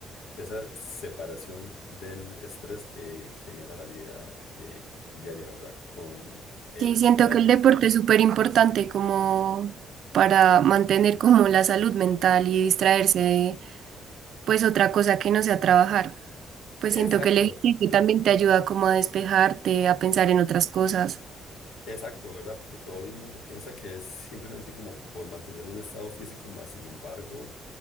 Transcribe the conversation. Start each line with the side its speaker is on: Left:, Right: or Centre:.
Left: esa separación del estrés que genera la vida eh, diaria, ¿verdad? Con el
Right: Sí, siento
Left: trabajo.
Right: que el deporte es súper importante como para mantener como la salud mental y distraerse de pues otra cosa que no sea trabajar. Pues
Left: Exacto.
Right: siento que el ejercicio también te ayuda como a despejarte, a pensar en otras cosas.
Left: Exacto, ¿verdad? Porque todo el mundo piensa que es simplemente como por mantener un estado físico, más sin embargo,